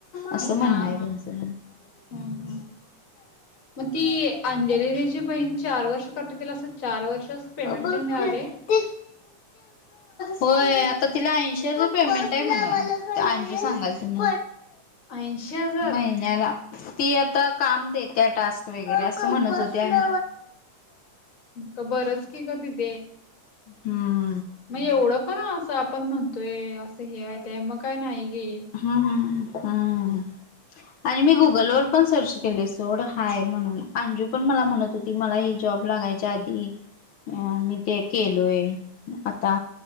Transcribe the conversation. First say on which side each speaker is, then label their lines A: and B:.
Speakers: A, on the left; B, on the left.
A: असं म्हणं
B: हा
A: आहे
B: हा
A: त्यांचं
B: हम्म हम्म. मग ती अंजलीनीची बहीण चार वर्ष करते तला असं चार वर्ष पेमेंट
A: त
B: मिळाले
A: होय आता तिला ऐंशीचं पेमेंट आहे म्हणा ऐंशी सांगाल तुम
B: ऐंशी हज
A: महिनला ती आता काम देत्या टास्क वगैरे असं म्हणत होते आणि
B: मग का बरंच की का तिथ
A: हम्म
B: मग एवढं पण असं आपण म्हणतोय असं हे आहे ते मग काय नाही गे
A: हम्म हम हम्म आणि मी गुगलवरर पण सर्च केले सोड हाय म्हणून अंजू पण मला म्हणत. ती मला ह जॉब लागायच्या आधी अ मी ते केलोय आता